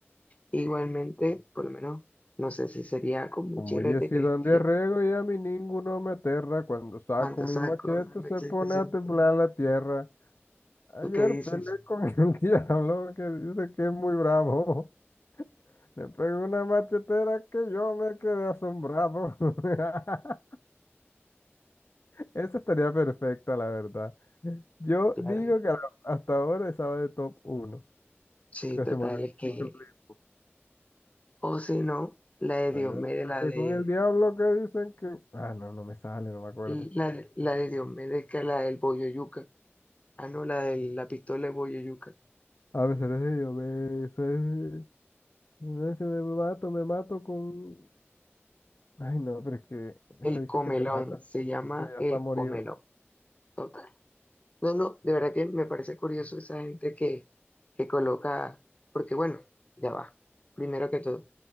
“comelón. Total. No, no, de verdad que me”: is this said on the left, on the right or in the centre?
Left